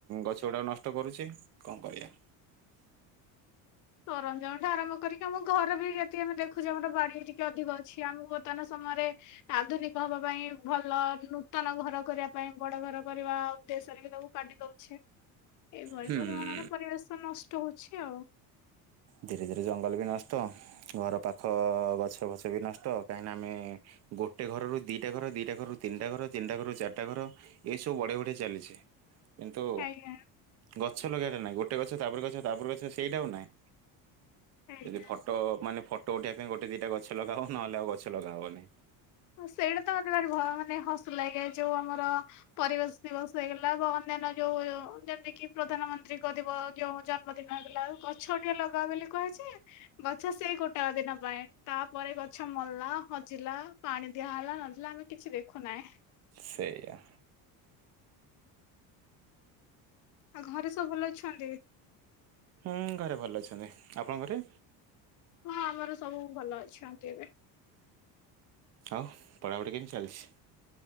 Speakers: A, on the right; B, on the left.
A: ଗଛ ଗୁଡାକ ନଷ୍ଟ କରୁଛେ କଣ କରିବା।
B: ସରଞ୍ଜାମ ଟା ଆରମ୍ କରିକି ଆମ ଘର ବି ଯଦି ଆମେ ଦେଖୁଛେ ଆମର ବାଡି ଟିକେ ଅଧିକ ଅଛି ଆମକୁ ବର୍ତ୍ତମାନ ସମୟରେ ଆଧୁନିକ ହବା ପାଇଁ ଭଲ ନୂତନ ଘର କରିବା ପାଇଁ ବଡ ଘର କରିବା ଉଦ ତାକୁ କାଟି ଦଉଛେ ଏଇଭଳି
A: ହୁଁ।
B: ପରିମାଣରେ ପରିବେଶ ନଷ୍ଟ ହଉଛି ଆଉ।
A: ଧୀରେ ଧୀରେ ଜଙ୍ଗଲ ବି ନଷ୍ଟ ଘର ପାଖ ଗଛ ଫଛ ବି ନଷ୍ଟ କାହିଁକିନା ଆମେ ଗୋଟେ ଘରରୁ ଦିଟା ଘର ଦିଟା ଘରୁ ତିନିଟା ଘର ତିନିଟା ଘରୁ ଚାରିଟା ଘର ଏସବୁ ବଢ଼େଇ ବଢ଼େଇ ଚାଲିଛି। କିନ୍ତୁ
B: ଆଜ୍ଞା
A: ଗଛ ଲଗେଇଟା ନାଇଁ ଗୋଟେ ଗଛ ତାପରେ ଗଛ ତାପରେ ଗଛ ସେଇଟା ହ ନାଇଁ
B: ଆଜ୍ଞା।
A: ଯଦି ଫଟୋ ମାନେ ଫଟୋ ଉଠେଇବା ପାଇଁ ଗୋଟେ ଦିଟା ଗଛ ଗଛ ଲଗା ହବ ନହେଲେ ଆଉ ଗଛ ଲଗା ହବନି।
B: ହଁ ସେଇଟା ତ ମତେ ଭାରି ମାନେ ହସ ଲାଗେ ଯୋଉଁ ଆମର ପରିବେଶ ଦିବସ ହେଇଗଲା ବା ଅନ୍ୟାନ୍ୟ ଯୋଉଁ ଯେମିତି କି ପ୍ରଧାନମନ୍ତ୍ରୀଙ୍କ ଦିବସ <inaudible> ଜନ୍ମଦିନ ହେଇଗଲା ଗଛ ଟିକେ ଲଗାଅ ବୋଲି କୁହାଯାଇଛି ଗଛ ସେଇ ଗୋଟାକ ଦିନ <inaudible> ତାପରେ ଗଛ ମଲା ହଜିଲା ପାଣି ଦିଆହେଲା ନଦିଆହେଲା ଆମେ କିଛି ଦେଖୁନାହିଁ।
A: ସେଇଆ।
B: ଆଉ ଘରେ ସବୁ ଭଲ ଅଛନ୍ତି?
A: ହୁଁ ଘରେ ଭଲ ଅଛନ୍ତି। ଆପଣଙ୍କ ଘରେ?
B: ହଁ ଆମର ସବୁ ଭଲ ଅଛନ୍ତି ଏବେ।
A: ଆଉ ପଢ଼ାପଢ଼ି କେମିତି ଚାଲିଛି?